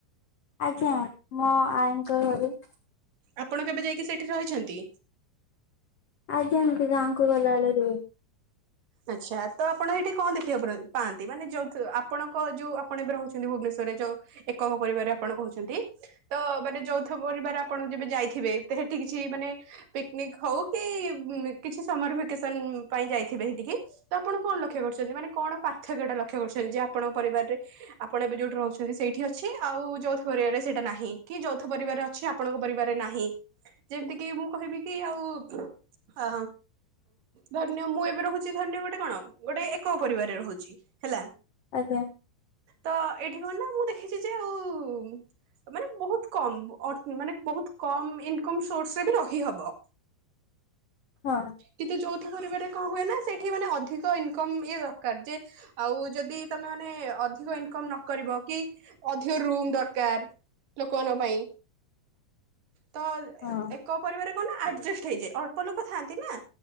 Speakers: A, on the left; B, on the right.
A: ଆଜ୍ଞା ମୋ ଆଇଙ୍କ ଘରେ।
B: ଆପଣ କେବେ ଯାଇକି ସେଇଠି ରହିଛନ୍ତି।
A: ଆଜ୍ଞା ଏମିତି ଗାଁ କୁ ଗଲାବେଳେ ରୁହେ
B: ଆଚ୍ଛା ତ ଆପଣ ଏଇଠି କଣ ଦେଖିବାକୁ ପାଆନ୍ତି ମାନେ ଯୋଉ ଆପଣଙ୍କ ଯୋଉ ଆପଣ ଏବେ ରହୁଛନ୍ତି ଭୁବନେଶ୍ୱରରେ ଯୋଉ ଏକଙ୍କ ପରିବାରରେ ଆପଣ କହୁଛନ୍ତି। ତ ମାନେ ଯୌଥ ପରିବାର ଆପଣ ଯେବେ ଯାଇଥିବେ ତ ହେଠି କିଛି ମାନେ ପିକ୍ନିକ୍ ହଉ କି କିଛି ସମର ଭେକେସନ ପାଇଁ ଯାଇଥିବେ ଟିକେ ତ ଆପଣ କଣ ଲକ୍ଷ୍ୟ କରୁଛନ୍ତି ମାନେ କଣ ପାର୍ଥକ୍ୟ ଟା ଲକ୍ଷ୍ୟ କରୁଛନ୍ତି ଯେ ଆପଣଙ୍କ ପରିବାରରେ ଆପଣ ଏବେ ଯୋଉଠି ରହୁଛନ୍ତି ସେଇଠି ଅଛି ଆଉ ଯୌଥ ପରିବାରରେ ସେଇଟା ନାହିଁ କି ଯୌଥ ପରିବାର ଅ ଅଛି ଆପଣଙ୍କ ପରିବାରରେ ନାହିଁ। ଯେମିତି କିି ମୁଁ କହିବି କି ଆଉ ଅ ଧରି ନିଅ ମୁଁ ଏବେ ରହୁଛି ଧରିନିଅ ଗୋଟେ କଣ ଗୋଟେ ଏକକ ପରିବାରରେ ରହୁଛି ହେଲା।
A: ଆଜ୍ଞା।
B: ତ ଏଇଠି କଣ ନା ମୁଁ ଦେଖିଛି ଯେ ଆଉ ମାନେ ବହୁତ କମ୍ ଅ ମାନେ ବହୁତ କମ୍ ଇନକମ ସୋର୍ସ ରେ ବି ରହିହବ।
A: ହଁ।
B: କିନ୍ତୁ ଯୌଥ ପରିବାରେ କଣ ହୁଏ ନା ସେଠି ମାନେ ଅଧିକ ଇନ୍ କମ ଇଏ ଦରକାର ଯେ ଆଉ ଯଦି ତମେ ମାନେ ଅଧିକ ଇନକମ ନ କରିବ କି ଅଧିକ ରୁମ ଦରକାର। ଲୋକମାନଙ୍କ ପାଇଁ ତ
A: ହଁ
B: ଏକ ପରିବାରେ କଣ ନା ଆଡଜେଷ୍ଟ ହେଇଯାଏ ଅଳ୍ପଲୋକ ଥାନ୍ତିନା